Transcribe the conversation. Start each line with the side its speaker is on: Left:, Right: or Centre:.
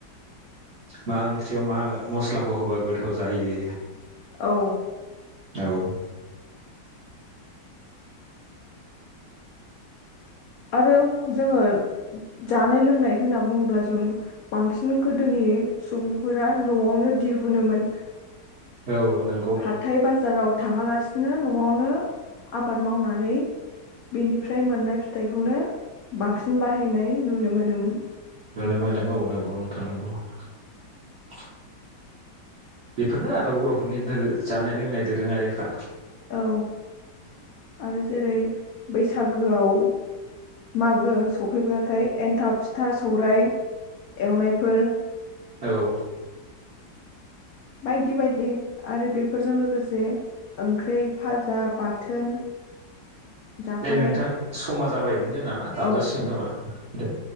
Right: मा ओंख्रियाव मा मस्लाखौ होबा गोथाव जायो
Left: औ
Right: औ
Left: आरो जोङो जानाय लोंनाय होनना बुङोब्ला जों बांसिन गोदोनि सुबुंफोरा न'आवनो दिहुनोमोन
Right: औ नंगौ
Left: हाथाय बाजाराव थाङालासिनो न'आवनो आबाद मावनानै बेनिफ्राय मोननाय फिथाइखौनो बांसिन बाहाय बाहायनाय नुनो मोनोमोन
Right: नुनो मोनो <unintelligible> गुनथानांगौ <unintelligible> बेफोरनो आरो बर'फोरनि दों जानाय लोंनाय दोरोङारिफ्रा
Left: औ आरो जेरै बैसागोआव मागो सफैब्लाथाय एन्थाब फिथा सौराय एवनायफोर
Right: औ
Left: बायदि बायदि आरो बेफोरजों लोगोसे ओंख्रि भाजा बाथोन जाफानाय
Right: दे नोंथां समा जाबायमोन जोंना ना दानजासिगोन
Left: औ
Right: खोमा दे